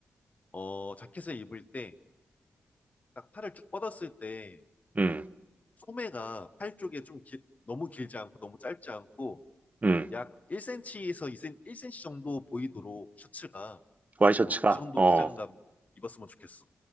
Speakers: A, on the left; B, on the right.
A: 어, 자켓을 입을 때 딱 팔을 쭉 뻗었을 때
B: 음,
A: 소매가 팔 쪽에 좀 길, 너무 길지 않고 너무 짧지 않고
B: 음,
A: 약 1cm에서 2cm, 1cm 정도 보이도록 셔츠가
B: 와이셔츠가,
A: 어, 그 정도
B: 어.
A: 기장감 입었으면 좋겠어.